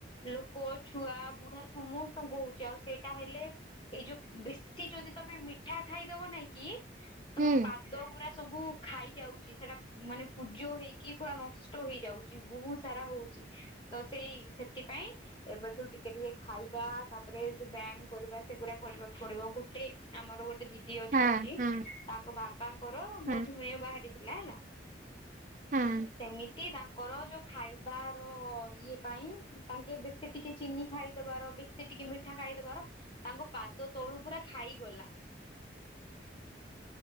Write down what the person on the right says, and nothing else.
ହୁଁ
ହଁ ହଁ
ହଁ
ହଁ